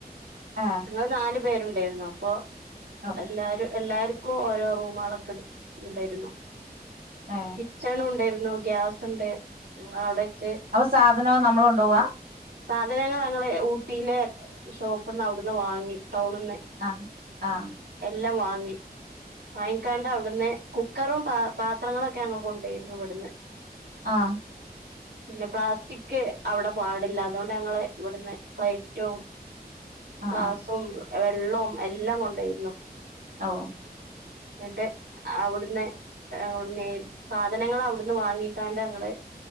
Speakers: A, on the right (about 65°); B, on the right (about 80°).
A: ആഹ്
B: അത് നാലു പേരുണ്ടായിരുന്നു അപ്പൊ
A: ഓ
B: എല്ലാരും എല്ലാരും ഓരോ റൂമുകളൊക്കെ ഉണ്ടായിന്നു
A: ആഹ്‌
B: കിച്ചൺ ഉണ്ടായിരുന്നു ഗ്യാസ് ഉണ്ട് ഞങൾ അവിടെ വച്ച്
A: അപ്പൊ സാധനം നമ്മള് കൊണ്ടുപോവാ
B: സാധനങ്ങൾ ഞങ്ങള് ഊട്ടിയിലെ ഷോപ്പിനിന്ന് അവിടുന്ന് വാങ്ങി ടൈ ണുന്ന്
A: ആഹ്‌ ആഹ്‌
B: എല്ലാം വാങ്ങി വാങ്ങിക്കാണ്ട് അവിടുന്ന് കുക്കറും പ പാത്രങ്ങളൊക്കെ ഞങൾ കൊണ്ടുപോയിരുന്നു ഇവിടുന്ന്
A: ആഹ്
B: ഇല്ല പ്ലാസ്റ്റിക് അവിടെ പാടില്ല അതുകൊണ്ട് ഞങ്ങള് ഇവിടുന്ന് പ്ലേറ്റും
A: ആഹ്
B: ഗ്ലാസും
A: ആഹ്
B: വെള്ളവും എല്ലാം കൊണ്ടയിരുന്നു
A: ഓഹ്‌
B: എന്നിട്ട് അവിടുന്ന് അവിടുന്ന് സാധനങ്ങ അവിടുന്ന് വാങ്ങിക്കാണ്ട് ഞങ്ങള്